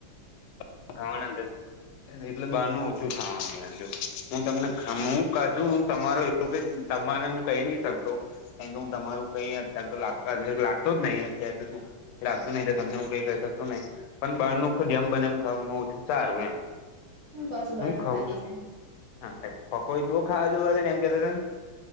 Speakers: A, on the left; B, on the right.
A: <unintelligible> એટલે બહાર નું ઓછું ખાવાનું હું તમને કાછુ તમારો તોકે તમારે હું કહી નઈ શકતો કારણે કે હું તમારું કઈ અત્યાર તો લાગ લાગતો જ અત્યારે તો શું લાગતું નહી તો તમને હું કઈ કહી શકતો નહી પણ બાર નું જેમ બને એમ ખાવાનું ઓછું સારું એમ
B: કશું
A: હું
B: બાનું
A: ખઉ
B: ખાતી
A: છું
B: જ નહી
A: <unintelligible>